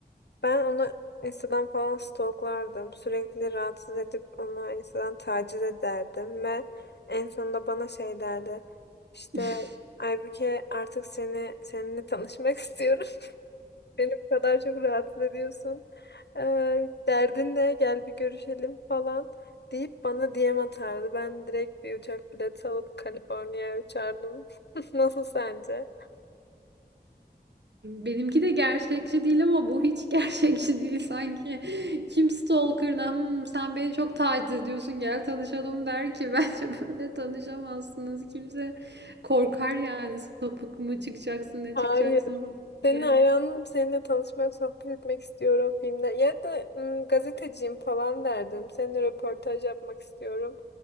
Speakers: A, on the left; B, on the right.
A: ben onu Instagram falan stalklardım. Sürekli rahatsız edip onu Instagram taciz ederdim ve en sonunda bana şey derdi. İşte
B: <laughs>
A: Aybüke artık seni seninle tanışmak <laughs> istiyorum. Beni bu kadar çok rahatsız ediyorsun. Ee, derdin ne? Gel bir görüşelim falan deyip bana DM atardı. Ben direkt bir uçak bileti alıp Kaliforniya'ya uçardım. <laughs> Nasıl sence?
B: Benimki de gerçekçi değil ama bu hiç <laughs> gerçekçi değil sanki. Kim stalker'ına "Hmm, sen beni çok taciz ediyorsun gel tanışalım der ki <laughs> bence böyle tanışamazsınız. Kimse korkar yani sapık mı çıkacaksın ne
A: Hayır.
B: çıkacaksın falan
A: Senin
B: diye.
A: hayranım. Seninle tanışmak, sohbet etmek istiyorum filmde. Ya da ım, gazeteciyim falan derdim. Seninle röportaj yapmak istiyorum.